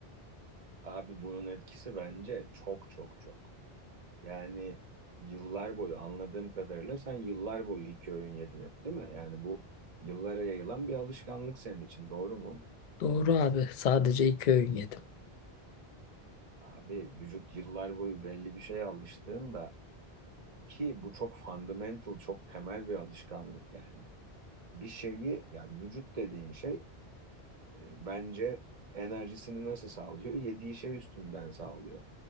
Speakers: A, on the right (about 40°); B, on the left (about 55°).
A: Abi bunun etkisi bence çok çok çok. Yani yıllar boyu anladığım kadarıyla sen yıllar boyu iki öğün yedin hep değil mi? Yani bu yıllara yayılan bir alışkanlık senin için doğru mu?
B: Doğru abi sadece 2 öğün yedim.
A: Abi vücut yıllar boyu belli bir şeye alıştığında ki bu çok fundamental, çok temel bir alışkanlık yani. Bir şeyi ya vücut dediğin şey e, bence enerjisini nasıl sağlıyor? Yediği şey üstünden sağlıyor.